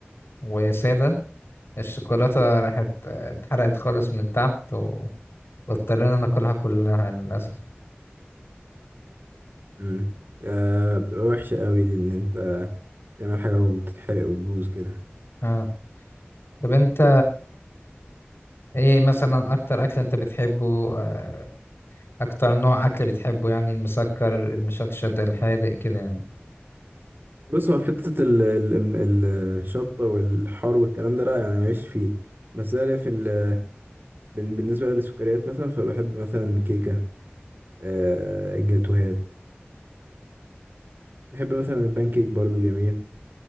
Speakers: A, on the left; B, on the right.
A: وسادة الشوكولاتة راحت آه، اتحرقت خالص من تحت و... واضطرينا ناكلها كلها للأسف
B: مم. آه بتبقى وحشة قوي دي إن أنت تعمل حاجة وتتحرق وتبوظ كده
A: اه طب انت ايه مثلا اكتر اكل انت بتحبه آه، اكتر نوع اكل بتحبه يعني المسكر المشطشط الحادق كده يعني
B: بص هو في حتة ال- ال- ال- الشطة والحار والكلام ده لا يعني ماليش فيه بس أنا ليا في ال- بن- بالنسبة للسكريات مثلا فبحب مثلا كيكة آه، جاتوهات بحب مثلا البان كيك برضو جميل